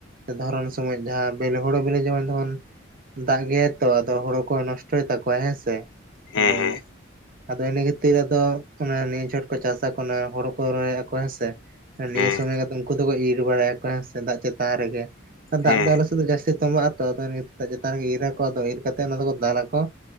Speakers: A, on the right; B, on the left.
A: ᱫᱷᱚᱨᱚᱱ ᱥᱚᱢᱚᱭ ᱡᱟᱦᱟᱸ ᱵᱮᱞ ᱦᱩᱲᱩ ᱵᱮᱞᱮ ᱡᱚᱢᱮ ᱫᱚ ᱵᱚᱱ ᱫᱟᱜ ᱜᱮᱭᱟᱭ ᱛᱚ ᱟᱫᱚ ᱦᱳᱲᱳ ᱠᱚᱭ ᱱᱚᱥᱴᱚᱭ ᱛᱟᱠᱚᱣᱟ ᱦᱮᱸ ᱥᱮ
B: ᱦᱮᱸ
A: ᱚᱱᱮ ᱟᱫᱚ ᱤᱱᱟᱹ ᱠᱷᱟᱹᱛᱤᱨ ᱟᱫᱚ ᱚᱱᱮ ᱱᱤᱭᱟᱹ ᱪᱷᱚᱴ ᱠᱚ ᱪᱟᱥᱟᱠᱚ ᱚᱱᱮ ᱦᱳᱲᱳ ᱨᱚᱦᱚᱭᱮᱫ ᱟᱠᱚ ᱦᱮᱸ ᱥᱮ ᱱᱤᱭᱟᱹ
B: ᱦᱮᱸ
A: ᱥᱚᱢᱚᱭ ᱜᱮᱛᱮ ᱩᱱᱠᱩ ᱫᱚᱠᱚ ᱤᱨ ᱵᱟᱲᱟᱭᱟᱠᱚ ᱦᱮᱸ ᱥᱮ ᱫᱟᱜ ᱪᱮᱛᱟᱱ ᱨᱮᱜᱮ ᱫᱟᱜ
B: ᱦᱮᱸ
A: ᱫᱚ ᱟᱞᱮ ᱥᱮᱫ ᱫᱚ ᱡᱟᱹᱥᱼ ᱛᱚᱵᱟᱜᱼᱟ ᱟᱫᱚ ᱤᱱᱟᱹ ᱫᱟᱜ ᱪᱮᱛᱟᱱ ᱨᱮᱜᱮᱡ ᱤᱨ ᱟᱠᱚ, ᱟᱫᱚ ᱤᱨ ᱠᱟᱛᱮ ᱚᱱᱟ ᱫᱚᱠᱚ ᱫᱟᱞ ᱟᱠᱚ